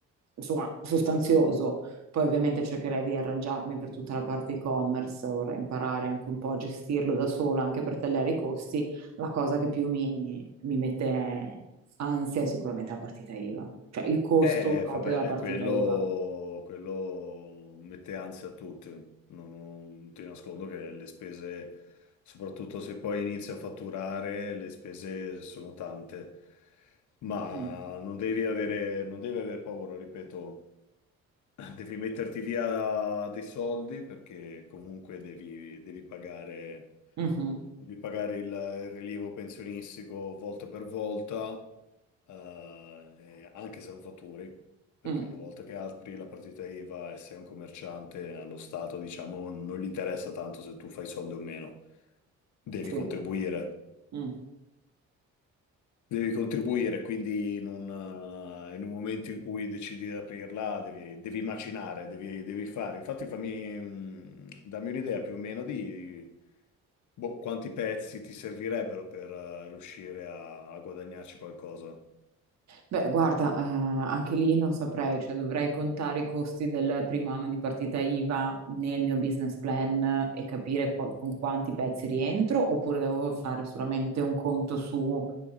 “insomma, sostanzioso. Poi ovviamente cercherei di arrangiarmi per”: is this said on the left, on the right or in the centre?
Right